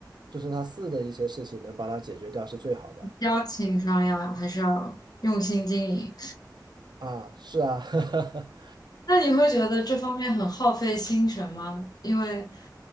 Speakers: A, on the right; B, on the left.
A: 就是他私人的一些事情能帮他解决掉是最好的
B: 交情上呀？还是要用心经营？
A: 啊。是啊，<laughs>
B: 那你会觉得这方面很耗费心神吗？因为